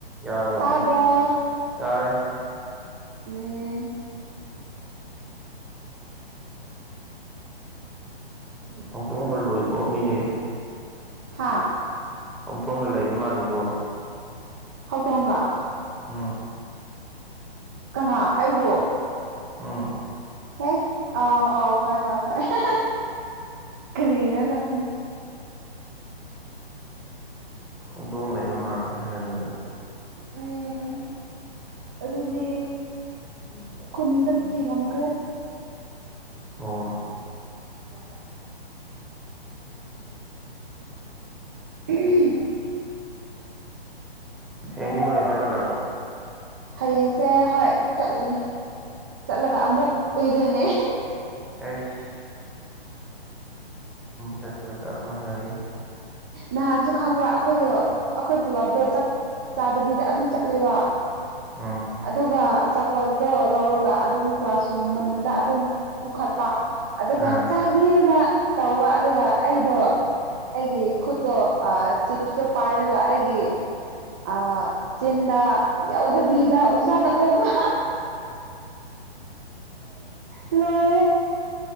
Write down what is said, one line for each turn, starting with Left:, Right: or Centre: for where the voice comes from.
Centre: ꯌꯥꯔꯕ
Right: ꯇꯥꯕ꯭ꯔꯣ
Centre: ꯌꯥꯔꯦ
Right: ꯎꯝ
Centre: ꯍꯧꯗꯣꯡꯕ ꯂꯣꯏꯀꯣ ꯃꯤꯗꯤ
Right: ꯍꯥꯥ
Centre: ꯍꯧꯣꯡꯇꯣꯡꯒ ꯂꯩꯕ ꯃꯥꯜꯂꯤꯀꯣ
Right: ꯍꯧꯗꯣꯒ
Centre: ꯑꯥ
Right: ꯀꯅꯥ ꯑꯩꯕꯣ
Centre: ꯎꯝ
Right: ꯍꯦ ꯑ ꯑ ꯍ ꯍ ꯍ ꯀꯔ ꯉ ꯈ
Centre: ꯍꯧꯗꯣꯡ ꯂꯩꯕ ꯃꯥꯅꯤ ꯍꯥꯏꯔ
Right: ꯎꯝ ꯑꯗꯨꯅꯦ
Centre: ꯎꯝ
Right: ꯈꯨꯟꯗ ꯊꯤꯔꯝꯈ꯭ꯔꯦ
Centre: ꯑꯣ
Right: ꯋꯥꯕ ꯎꯝ
Centre: ꯍꯦꯡꯅꯦ ꯀꯣꯟꯅꯦ ꯆꯠꯀꯗ꯭ꯔꯣ
Right: ꯍꯌꯦꯡꯁꯦ ꯍꯣꯏ ꯆꯠꯂꯅꯤ ꯆꯠꯂꯒ ꯑꯃꯨꯛ ꯎꯏꯗꯣꯏꯅꯦ
Centre: ꯑꯦꯁ ꯇ ꯆꯠꯄ ꯆꯥꯞ ꯃꯥꯅꯔꯤ
Right: ꯅꯍꯥꯟꯁꯨ ꯈꯪꯕ꯭ꯔ ꯑꯩꯈꯣꯏꯗꯣ ꯑꯩꯈꯣꯏ ꯄꯨꯂꯞꯗꯣ ꯆ ꯆꯥꯗꯕꯤꯗ ꯑꯗꯨꯝ ꯆꯠꯂꯦꯕ
Centre: ꯎꯝ
Right: ꯑꯗꯨꯒ ꯄꯣꯠꯇꯣ ꯂꯧꯔꯒ ꯑꯗꯨꯝ ꯀ꯭ꯂꯥꯁꯔꯨꯝ ꯃꯅꯨꯡꯗ ꯑꯗꯨꯝ ꯄꯨꯈꯠꯄ ꯑꯗꯨꯒ
Centre: ꯑꯥ
Right: ꯅ ꯇꯧꯕ ꯑꯗꯨꯒ ꯑꯩꯗꯣ ꯑꯩꯒꯤ ꯈꯨꯠꯇꯣ ꯆꯤꯞꯁꯇꯣ ꯄꯥꯏꯔꯒ ꯑꯩꯒꯤ ꯑ ꯆꯤꯟꯗ ꯌꯥ ꯑꯣꯗ ꯕꯤꯗ ꯑꯣꯖꯥꯅ ꯎꯕ ꯂꯣꯏ